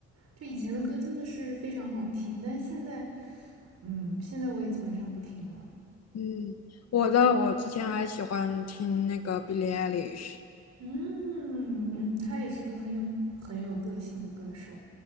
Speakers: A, on the right; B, on the left.
A: 就以前的歌真的是非常好听，但是现在，嗯，现在我也基本上不听了。
B: 嗯，我的我之前还喜欢听那个 Billie Eilish。
A: 嗯嗯，他也是个很有很有个性的歌手。